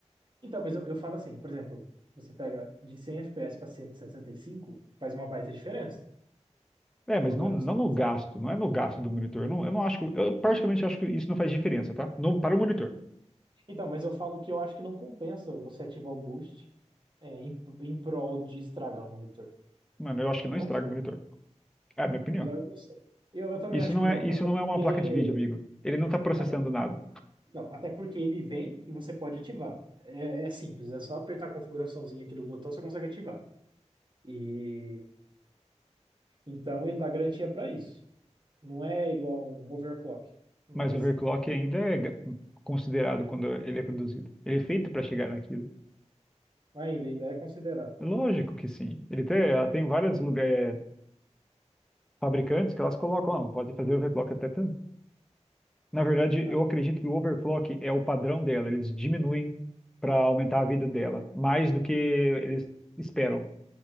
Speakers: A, on the right; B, in the centre.
A: Então, mas eu, eu falo assim, por exemplo, você pega de 100 FPS para cento e e sessenta e cinco, faz uma baita diferença.
B: É, mas
A: Jogando
B: não, não
A: você percebe.
B: no gasto, não é no gasto do monitor. Eu não, eu não acho que, eu particularmente acho que isso não faz diferença, tá? Não, para o monitor.
A: Então, mas eu falo que eu acho que não compensa você ativar o boost é, em, em prol de estragar o monitor.
B: Mano, eu acho que não
A: Não.
B: estraga o monitor. É a minha
A: Tá?
B: opinião.
A: Eu, eu não sei. Eu, eu também
B: Isso
A: acho
B: não
A: que não,
B: é, isso
A: até
B: não
A: porque,
B: é uma placa de vídeo, amigo. Ele não está processando
A: até,
B: nada.
A: não, até porque ele vem e você pode ativar. É, é simples, é só apertar a configuraçãozinha aqui do botão, você consegue ativar. E então ele dá garantia para isso. Não é igual um overclock no
B: Mas
A: PC.
B: o overclock ainda é ga- considerado quando ele é produzido. Ele é feito para chegar naquilo.
A: Ainda, ainda é considerado.
B: Lógico que sim. Ele tem, eh, tem vários lugares, fabricantes que elas colocam, "Ah, pode fazer overclock até tanto. Na verdade,
A: Ah,
B: eu acredito que o overclock é o padrão dela. Eles diminuem para aumentar a vida dela, mais do que eles esperam.